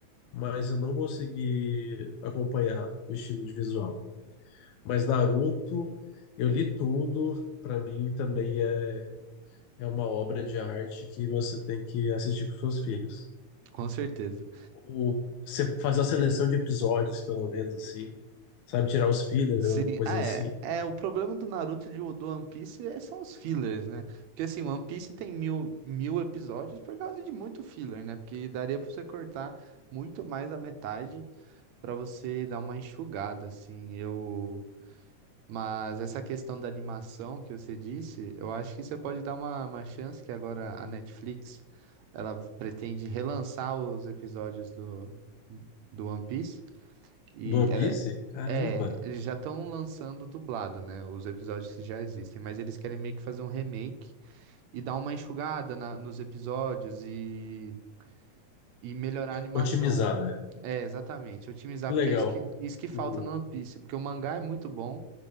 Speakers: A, on the left; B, on the right.
A: mas eu não consegui acompanhar o estilo de visual. Mas Naruto, eu li tudo, pra mim também é. é uma obra de arte que você tem que assistir com seus filhos.
B: Com certeza.
A: Ou se- fazer uma seleção de episódios, pelo menos assim, sabe? Tirar os fillers,
B: Sim,
A: alguma coisa
B: ah,
A: assim.
B: é. É, o problema do Naruto e de- do One Piece é- são os fillers, né? Porque assim, One Piece tem mil, mil episódios por causa de muito filler, né? Porque daria pra você cortar muito mais a metade pra você dar uma enxugada, assim. Eu. Mas essa questão da animação que você disse, eu acho que você pode dar uma, uma chance que agora a Netflix ela pretende relançar os episódios do, do One Piece. E
A: Do One
B: ela,
A: Piece? Caramba!
B: é, eles já estão lançando dublado, né? Os episódios que já existem, mas eles querem meio que fazer um remake e dar uma enxugada na- nos episódios e e melhorar a animação.
A: Otimizar, né?
B: É, exatamente. Otimizar,
A: Que
B: porque
A: Legal.
B: é isso que, isso que falta
A: O...
B: no One Piece. Porque o mangá é muito bom,